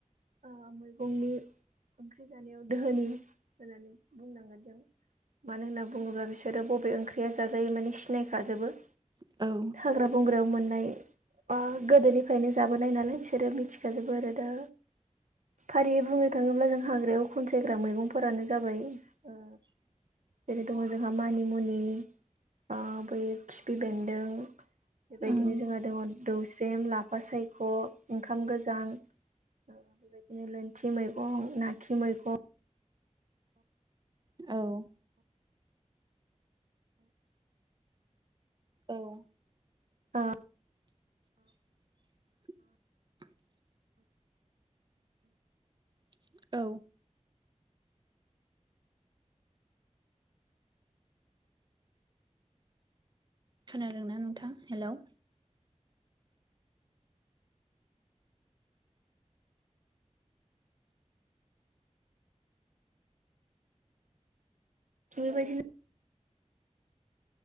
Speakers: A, on the right (about 80°); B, on the right (about 35°).
A: ओ मैगंनि ओंख्रि जानायाव दोहोनि होननानै बुंनांगोन जों मानो होनना बुङोब्ला बिसोरो बबे ओंख्रिया जाजायो माने सिनायखाजोबो।
B: औ
A: हाग्रा बंग्रायाव मोन्नाय बा गोदोनिफ्रायनो सो जाबोनाय नालाय बिसोरो मिथिखाजोबो आरो दा फारियै बुंनो थाङोब्ला जों हाग्रायाव खनसायग्रा मैगंफोरानो जाबाय ओ
B: <inaudible>
A: जेरै दङ जोंहा मानिमुनि ओ बै खिफि बेन्दों बेबायदिनो
B: उम
A: जोंहा दङ दौस्रेम लाफा साय ख ओंखाम गोजां बेबायदिनो लोन्थि मैगं नाखि मैगं
B: औ औ <inaudible>
A: ओ
B: <inaudible> औ खोनादों न नोंथां हेलौ
A: बेबायदिनो